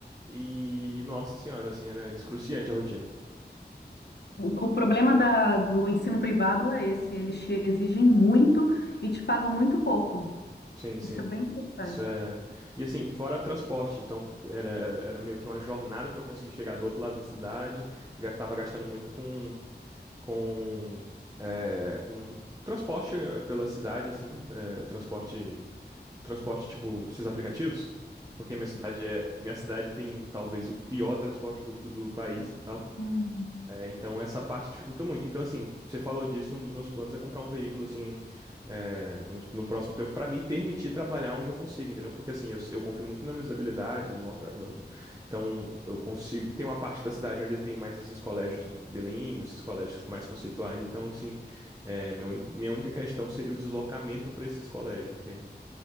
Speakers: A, on the right; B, on the left.
A: e, nossa senhora, assim, era excruciante a rotina.
B: O, o problema da- do ensino privado é esse, eles te exigem muito e te pagam muito pouco.
A: Sim, sim.
B: Isso é bem frustrante.
A: Isso é. E assim, fora transporte, então era, era, era meio que uma jornada para eu conseguir chegar do outro lado da cidade. Ga- Tava gastando muito com, com, é, com transporte eh, pela cidade, assim, eh, transporte, transporte tipo esses aplicativos, porque minha cidade é, minha cidade tem talvez o pior transporte público do país e tal.
B: Uhum.
A: É, então essa parte dificulta muito. Então, assim, você falou disso, um dos meus planos é comprar um veículo, assim, é, no, no próximo tempo, para me permitir trabalhar onde eu consigo, entendeu? Porque, assim, eu, eu confio muito nas minhas habilidades, no loca- no- então eu consigo. Tem uma parte da cidade onde tem mais esses colégios bilíngues, esses colégios mais conceituais, então, assim, é, meu único, minha única questão seria o deslocamento para esses colégios, entende?